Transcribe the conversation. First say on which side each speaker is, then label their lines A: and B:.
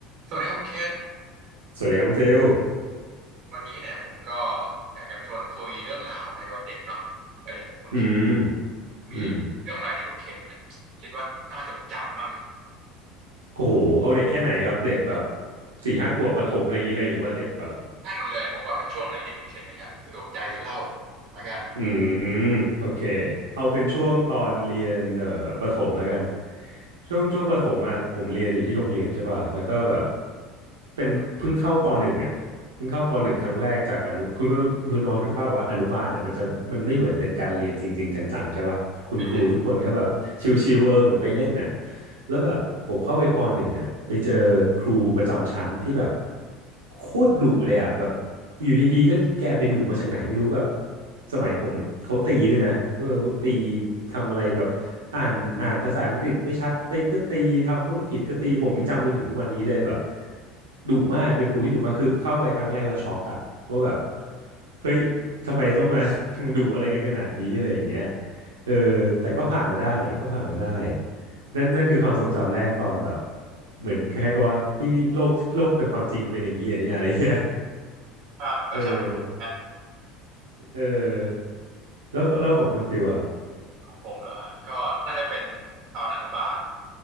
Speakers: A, on the right; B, on the right.
A: สวัสดีครับคุณเคน
B: สวัสดีครับคุณฟิล
A: วันนี้เนี่ยผมก็อยากจะมาชวนคุยเรื่องราวในวัยเด็กเนาะวัยเด็กของคุณเคน
B: อืม
A: มีเรื่องอะไรที่คุณเคนเนี่ยคิดว่าน่าจดจำมั่ง
B: อืมโอ้โห เอาเด็กแค่ไหนครับ เด็กแบบสี่ห้าขวบประถมอะไรอย่างนี้เลยหรือว่าเด็กแบบ
A: ได้หมดเลยผมว่าเป็นช่วงไหนที่คุณเคนเนี่ยอยากสะดวกใจจะเล่าละกัน
B: อืมอืมโอเค เอาเป็นช่วงตอนเรียนเอ่อประถมแล้วกัน ช่วงช่วงประถมอ่ะผมเรียนอยู่ที่โรงเรียนใช่ป่ะ แล้วก็แบบเป็นเพิ่งเข้าปหนึ่งอ่ะ เพิ่งเข้าปหนึ่งครั้งแรกจากอนุคุณก็รู้คุณนองนึกภาพว่าอนุบาลอ่ะมันจะมันไม่เหมือนเป็นการเรียนจริงๆจังๆใช่ป่ะคุณครูทุกคนก็แบบชิวๆเออเหมือนไปเล่นน่ะ
A: เป็นเรื่อง
B: แล้วแบบผมเข้าไปปหนึ่งอ่ะไปเจอครูประจำชั้นที่แบบโคตรดุเลยอ่ะแบบอยู่ดีๆก็แกไปดุมาจากไหนไม่รู้แบบสมัยผมมันเขาตีด้วยนะเออเขาตีทำอะไรแบบอ่านอ่านภาษาอังกฤษไม่ชัดตีก็ตีทำนู่นผิดก็ตีผมยังจำจนถึงทุกวันนี้เลยแบบ ดุมากเป็นครูที่ดุมากคือเข้าไปครั้งแรกเราวช็อกอะว่าแบบเฮ้ยทำไมต้องมา <laughs> มันดุอะไรกันขนาดนี้อะไรอย่างเงี้ยเออแต่ก็ผ่านมาได้ก็ผ่านมาได้นั่นนั่นคือความทรงจำแรกตอนแบบเหมือนคล้ายๆกับว่านี่โลกโลกแห่งความจริงมันเป็นอย่างนี้อย่างนี้อะไรเงี้ย
A: ชาติประชาติของผม
B: เออเออแล้วแล้วของคุณฟิลอะครับ
A: ของผมเหรอฮะก็น่าจะเป็นตอนอนุบาล